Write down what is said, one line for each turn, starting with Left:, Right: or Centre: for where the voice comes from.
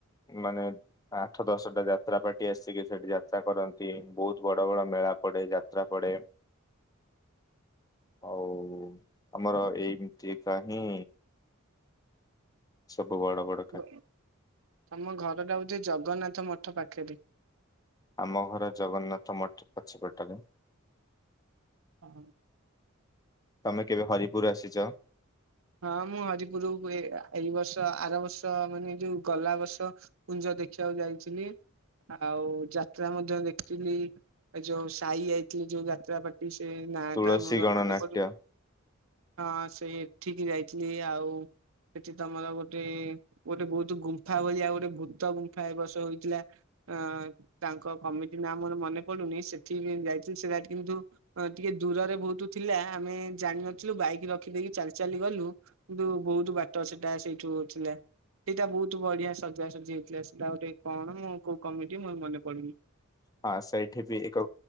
Left: ମାନେ ଆଠ ଦଶଟା ଯାତ୍ରା ପାର୍ଟି ଆସିକି ସେଠି ଯାତ୍ରା କରନ୍ତି ବହୁତ ବଡ ବଡ ମେଳା ପଡେ ଯାତ୍ରା ତା ପଡ଼େ। ଆଉ ଆମର ଏଇ ଯିବା ହିଁ। ସବୁ ବଡ ବଡ କା
Right: <unintelligible> ତମ ଘରଟା ହଉଛି ଜଗନ୍ନାଥ ମଠ ପାଖରେ।
Left: ଆମ ଘର ଜଗନ୍ନାଥ ମଠ ପଛପଟରେ।
Right: ହଁ।
Left: ତମେ କେବେ ହରିପୁର ଆସିଛ।
Right: ହଁ ମୁଁ ହରିପୁର ହୁଏ ଏଇ ବର୍ଷ ଆର ବର୍ଷ ମାନେ ଯୋଉ ଗଲା ବର୍ଷ। କୁଞ୍ଜ ଦେଖିବାକୁ ଯାଇଥିଲି। ଆଉ ଯାତ୍ରା ମଧ୍ୟ ଦେଖିଲି ଏ ଯୋଉ ସାଇ ଆଇଥିଲେ ଯୋଉ ଯାତ୍ରା ପା। ସେ ନା
Left: ତୁଳସୀ
Right: ଟା ମୋର
Left: ଗଣନାଟ୍ୟ
Right: ମନେ ପଡୁନି। ହଁ ସେଠିକି ଯାଇଥିଲି ଆଉ ସେଠି ତମର ଗୋଟେ ଗୋଟେ ବହୁତ୍ ଗୁମ୍ଫା ଭଳିଆ ଗୋଟେ ଭୂତ ଗୁମ୍ଫା ଏ ବର୍ଷ ହୋଇଥିଲା। ଅଁ ତାଙ୍କ କମିଟି ନା ମୋର ମନେ ପଡୁନି ସେଠିକି ଯାଇଚୁ ସେରା କିନ୍ତୁ ଅ ଟିକେ ଦୂରରେ ବହୁତୁ ଥିଲା ଆମେ ଜାଣିିନଥିଲୁ ବାଇକ୍ ରଖିଦେଇକି ଚାଲି ଚାଲି ଗଲୁ କିନ୍ତୁ ବହୁତୁ ବାଟ ସେଟା ସେଇଠୁ ଥିଲା। ଏଇଟା ବହୁତୁ ବଢିଆ ସଜାସଜି ହେଇଥିଲା ସେଇଟା ଗୋଟେ କଣ ମୁଁ କୋଉ କମିଟି ମୋର ମନେ ପଡୁନି।
Left: ହଁ ସେଇଠି ବି ଏକ